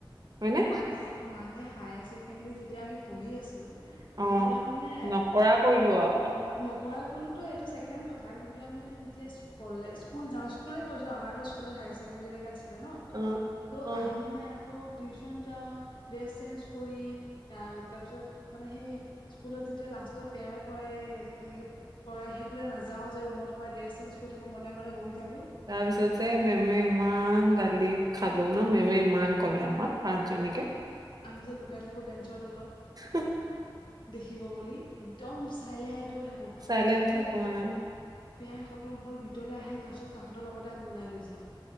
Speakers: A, on the right; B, on the left.
A: হয়নে?
B: মানে - মানে হায়াৰ ছেকেণ্ডাৰী যেতিয়া আমি পঢ়ি আছোঁ তেতিয়া
A: অ'
B: মানে
A: নকৰা কৰিলো আৰু অ'
B: নকৰা কলোতো এইটো ছেকেণ্ড কথা কিন্তু আমি যেতিয়ালে স্কুল যাওঁ স্কুলে কৈছোঁ আমাৰতো স্কুলত হায়াৰ ছেকেণ্ডৰীলৈকে আছিলে ন?
A: অ'
B: ত'
A: অ'
B: আহি পিনে আকৌ টিউচন যাও ড্ৰেছ চেঞ্জ কৰি তাৰপিছত মানে সেই স্কুলত যেতিয়া লাষ্টত প্ৰেয়াৰ কৰা এনেকে কৰাই সেইটোলেই নাযাও যে ৰুমত তোমাৰ ড্ৰেছ চেঞ্ কৰি থাকো মনে - মনে বহি থাকো।
A: তাৰ পিছ যে মেমে ইমান গালি খালো ন মেমে ইমান কলে আমাক পাচ জনীকে।
B: আমি যে লুকাই থাকোঁ বেঞ্চৰ তলত?
A: উ <unintelligible>
B: দেখিব বুলি একদম চাইলেণ্ট হৈ থাকোঁ,
A: চাইলেণ্ট
B: যেতিয়া
A: থাকো মানে
B: পেয়াৰ কটম হল ভিতৰলৈ আহে তাৰ পিছত তাহাতৰ লগতে আমি ওলাই গুচি যাওঁ।